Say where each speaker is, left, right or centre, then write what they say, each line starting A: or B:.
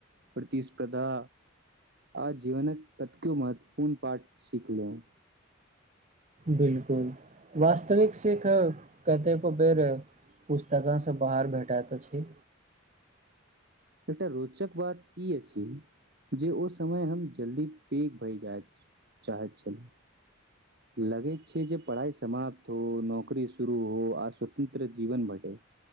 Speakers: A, on the right; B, on the right.
A: प्रतिस्पर्धा आ जीवन कतको महत्वपूर्ण पाठ सीखलहुं
B: बिल्कुल वास्त विक सीख अय कतेको बेर पुस्तकासँ बाहर भेटैतऽ छी
A: एकटा रोचक बात ई अछि जे ओ समय हम जल्दी पैघ भय जाइत चाहैत छलहुँ लगैत छै जे पढ़ाई समाप्त हो नौकरी शुरू हो आ स्वतंत्र जीवन भेटय